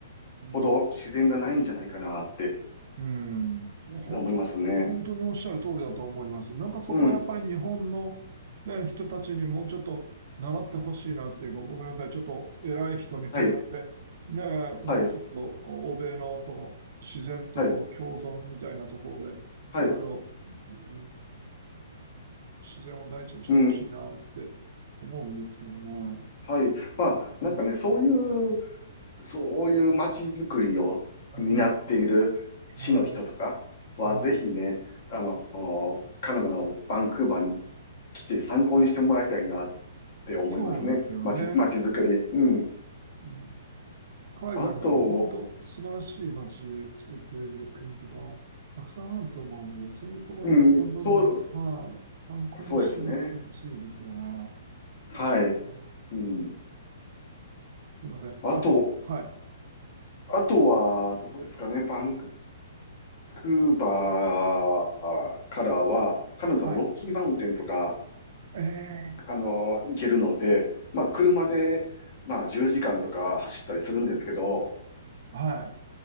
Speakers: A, on the right; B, on the left.
A: うん
B: ほど自然がないんじゃないかなって
A: うん。本当、
B: 思いますね。
A: 本当におっしゃる通りだと思います。なんかそこはやっぱり日本の、
B: うん。
A: ね、人たちにもうちょっと習ってほしいなっていうか、ごめんなさい。ちょっと偉い人にそうやって、
B: はい。
A: ね、もうちょっと欧米のその自然と共存みたいなところで、
B: はい。はい。はい。
A: いろいろうん自然を大事にしてほしいなって思うんですけどね。
B: うん。はい。まあ、
A: うん、
B: なんかね、そういう、そういう街づくりを担っている市の人とかは、
A: うん、はい、はい、
B: ぜひね、あの、カナダのバンクーバーに来て参考にしてもらいたいなって思いますね。
A: そうですよね。
B: 街、街づくり。うん。
A: うん海外にも本当素晴らしい街で作っている国とか、
B: あと、
A: たくさんあると思うので、そういうところをどんどんどんどん、
B: うん、そう、
A: はい、参考にしていってほしいですよね。
B: そうですね。はい。
A: うん
B: うん。
A: すいません。
B: あと、
A: あと、はい、
B: あとは、どこですかね。バンクーバー、からは、カナダのロッキーマウンテンとか、
A: はい。ええ
B: あの、行けるので、まあ、車で、まあ、10時間とか走ったりするんですけど、
A: は